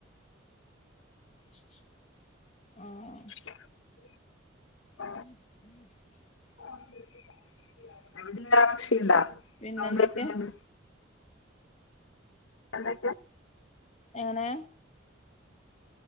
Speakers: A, on the left (about 35°); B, on the left (about 80°).
A: <inaudible>
B: <inaudible>
A: <inaudible>
B: <unintelligible>
A: പിന്നെന്തെക്കെയാ
B: കേൾക്കുന്നുണ്ട് എന്തെക്കെ
A: എങ്ങനെ